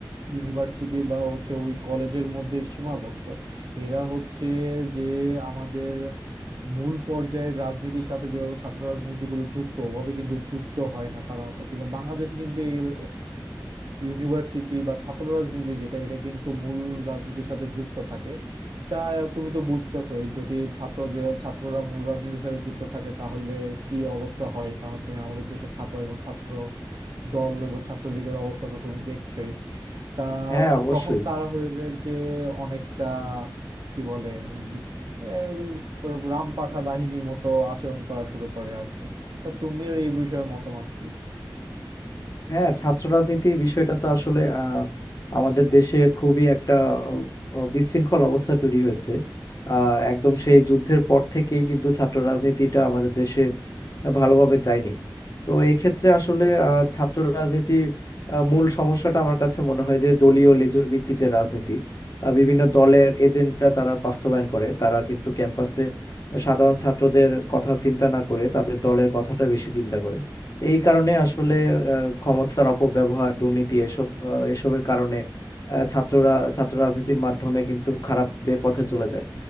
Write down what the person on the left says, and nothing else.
হ্যাঁ অবশ্যই
হ্যাঁ ছাত্র রাজনীতি বিষয়টা তো আসলে আহ, আমাদের দেশে খুবই একটা আহ, বিশৃঙ্খল অবস্থা তৈরি হয়েছে আহ, একদম সেই যুদ্ধের পর থেকেই কিন্তু ছাত্র রাজনীতিটা আমাদের দেশে ভালোভাবে যায়নি তো এই ক্ষেত্রে আসলে আহ, ছাত্র রাজনীতির আহ, মূল সমস্যাটা আমার কাছে মনে হয় যে দলীয় লেজুর ভিত্তিক যে রাজনীতি আহ, বিভিন্ন দলের এজেন্ডা তারা বাস্তবায়ন করে তারা কিন্তু ক্যাম্পাসে সাধারণ ছাত্রদের কথা চিন্তা না করে তাদের দলের কথাটা বেশি চিন্তা করে তো এই কারণে আসলে ক্ষমতার অপব্যবহার দুর্নীতি এসব আহ, এসবের কারণে আহ, ছাত্ররা ছাত্র রাজনীতির মাধ্যমে কিন্তু খারাপ বে পথে চলে যায়